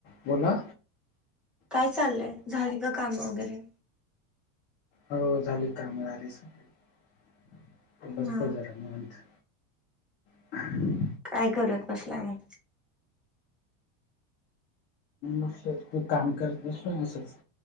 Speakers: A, on the left (about 25°); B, in the centre.
A: बोला
B: काय चाललंय झाली का काम वगैरे?
A: हो झाली कामं झाली सगळी बसलोय
B: हा
A: जरा निवांत हं <inaudible>
B: काय करत बसलाय मग?
A: बसलोय तू काम करत बसलो असंच